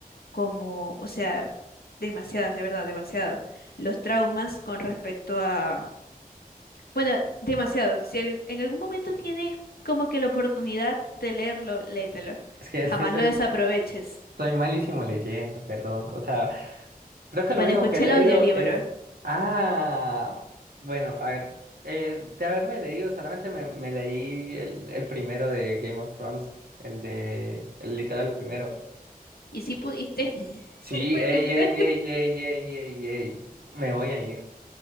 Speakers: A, on the left (about 85°); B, on the right (about 80°).
A: como, o sea, demasiadas, de verdad, demasiadas. Los traumas con respecto a, bueno, demasiado. Si al- en algún momento tienes como que la oportunidad de leerlo, léetelo.
B: Es que, es
A: Jamás
B: que soy,
A: lo desaproveches.
B: soy malísimo leyendo, perdón. O sea, creo que lo
A: Bueno,
B: único
A: escuché
B: que he leído
A: el audiolibro
B: es... Ah, bueno, a ver, eh, de haberme leído, solamente me, me leí el, el primero de Game of Thrones, el de... El literal el primero.
A: y si pudiste, <laughs>
B: Sí,
A: porque
B: ey,
A: a mí mitad,
B: ey, ey, ey, ey, ey, ey. Me voy a ir,